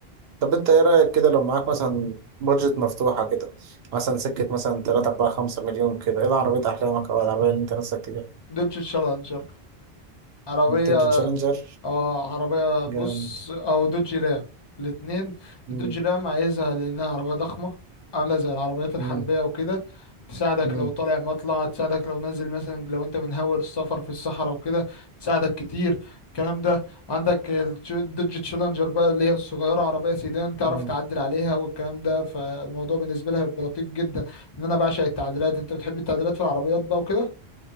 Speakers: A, on the right; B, on the left.
A: طب أنت إيه رأيك كده لو معاك مثلا بادجت مفتوحة كده مثلا سكة مثلا تلاتة أربعة خمسة مليون كده إيه العربية أحلامك أو العربية اللي أنت نفسك تجيبها؟
B: دوتش تشالنجر عربية
A: تويوتا تشالنجر
B: اه عربية
A: جامد
B: بص او دوج رام الاتنين
A: مم.
B: الدوج رام عايزها لانها عربية ضخمة عاملة زي العربيات الحربية
A: مم.
B: وكده تساعدك
A: مم.
B: لو طالع مطلع تساعدك لو نازل مثلا لو انت من هاول السفر في الصحراء وكده تساعدك كتير الكلام ده عندك التش- الدوج تشالنجر بقى اللي هي الصغيرة عربية سيدان تعرف
A: مم.
B: تعدل عليها والكلام ده فالموضوع بالنسبة لها هيبقى لطيف جدا ان انا بعشق التعديلات انت بتحب التعديلات في العربيات بقى وكده